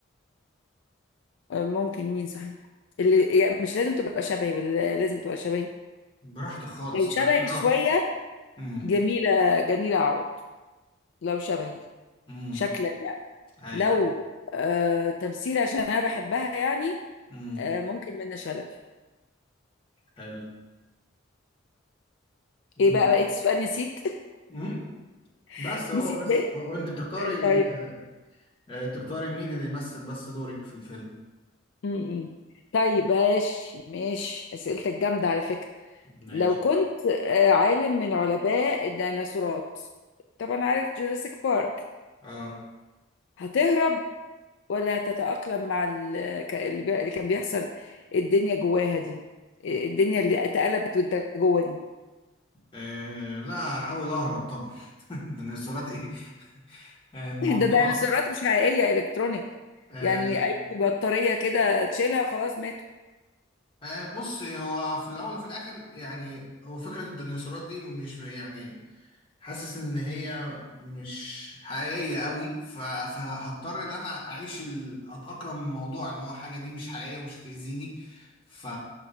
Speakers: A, on the left; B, on the left.
A: ممكن مين صحيح اللي يعني مش لازم تبقى شبهي ولا لازم تبقى شبهي
B: براحتك خالص
A: لو شبهي
B: ده اختيارات
A: شوية
B: امم
A: جميلة جميلة عوض لو شبهي
B: امم
A: شكلا يعني
B: اي
A: لو آه تمثيل عشان أنا بحبها يعني
B: امم
A: آه ممكن منة شلبي
B: حلو
A: إيه
B: دور
A: بقى بقيت السؤال نسيت
B: امم بس
A: <laughs>
B: هو
A: نسيت
B: بس
A: بقى
B: هو هو انت بتختاري
A: طيب
B: آه، آه، تختاري مين اللي يمثل بس دورك في الفيلم
A: م -م. طيب ماشي ماشي أسئلتك جامدة على فكرة
B: ماشي
A: لو كنت آه عالم من علماء الديناصورات طبعا عارف جوراسيك بارك
B: اه
A: هتهرب ولا تتأقلم مع ال- ك- اللي بي- اللي كان بيحصل الدنيا جواها دي الدنيا اللي اتقلبت وانت جوه دي
B: آه، لا هحاول اهرب طبعا <laughs> ده انا صورات ايه آه، الموضوع
A: <laughs> ده ديناصورات مش حقيقية إلكترونيك
B: آه،
A: يعني أي بطارية كده تشيلها خلاص ماتوا
B: آه، بص هو في الاول وفي الاخر يعني هو فكره الديناصورات دي مش يعني حاسس ان هي مش حقيقيه قوي ف- فهضطر ان انا اعيش ال... اتاقلم الموضوع ان هو حاجه دي مش حقيقيه ومش هتاذيني ف...